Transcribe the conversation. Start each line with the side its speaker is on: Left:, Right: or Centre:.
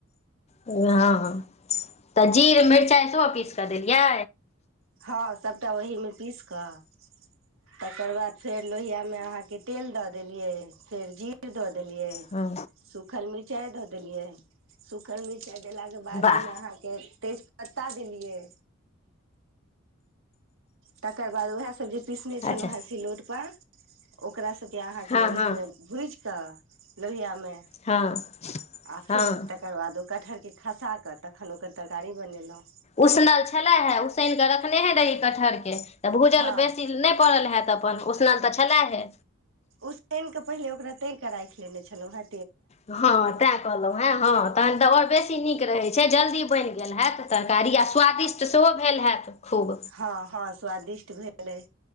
Left: हँ तऽ जीर मिर्चाइ सेहो पीस कऽ देलियै
Right: हँ सभटा ओहीमे पीस कऽ तकर बाद फेर लोहिया मे अहाँके तेल दऽ देलियै फेर जीर दऽ देल िय
Left: हँ
Right: सुखल मिर्चइ द देलियै सुखल मिर्चइ ा देलाके बाद
Left: वाह
Right: ओहिमे अहाँके तेज पत्ता देलियै तकर बाद उएह सब जे पीसने छलहुँ
Left: अच्छा
Right: हेँ सिलौट पर ओकरा अहाॅं
Left: हँ
Right: ओहि
Left: हँ
Right: मे भुज क लोहिया मे
Left: हँ
Right: आ
Left: हँ
Right: फेर तकर बाद ओ कटहर के खसा तऽ तखन ओकर तरकारी बनेलहुॅँ
Left: उसनल छले हे उसैन कऽ रखने हे रही कटहर के तऽ भूजल
Right: हँ
Left: बेसी नहि पड़ल हए तऽ अपन उसनल तऽ छलै हे
Right: उसानेऽ पहिले ओकरा तरििकऽ राखि लेने छलहुँ हे
Left: हँ तैं कहलहुँ हँ हँ तहन तऽ आओर बेसी नीक रहै छै छै जल्दी बनि गेल होयैत तरकारी आ स्वादिष्ट सेहो भेल हैत खूब
Right: हँ हँ स्वादिष्ट भेलै